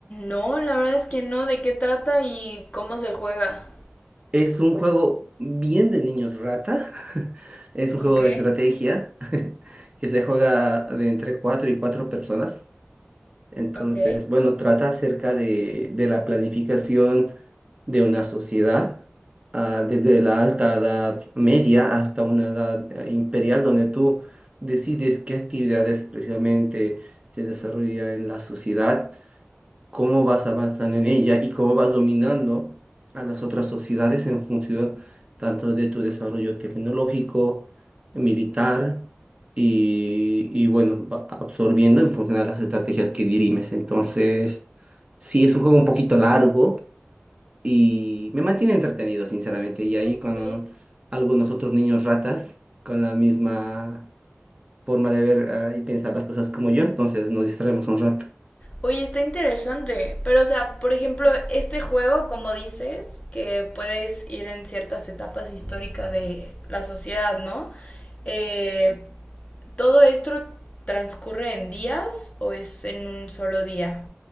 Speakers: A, on the left (about 30°); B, on the right (about 30°).
A: No, la verdad es que no. ¿De qué trata y cómo se juega?
B: Es un juego bien de niños rata. <laughs> Es un
A: Ok,
B: juego de estrategia que se juega de entre cuatro y cuatro personas. Entonces,
A: ok,
B: bueno, trata acerca de, de la planificación de una sociedad, ah, desde la alta edad media hasta una edad eh, imperial, donde tú decides qué actividades precisamente se desarrolla en la sociedad cómo vas avanzando en ella y cómo vas dominando a las otras sociedades en función tanto de tu desarrollo tecnológico, militar y, y, bueno, va absorbiendo en función de las estrategias que dirimes. Entonces, sí, es un juego un poquito largo y me mantiene entretenido, sinceramente. Y ahí
A: ok.
B: con algunos otros niños ratas, con la misma forma de ver, eh, y pensar las cosas como yo, entonces nos distraemos un rato.
A: Oye, está interesante. Pero, o sea, por ejemplo, este juego, como dices, que puedes ir en ciertas etapas históricas de la sociedad, ¿no? Eh, ¿todo esto transcurre en días o es en un solo día?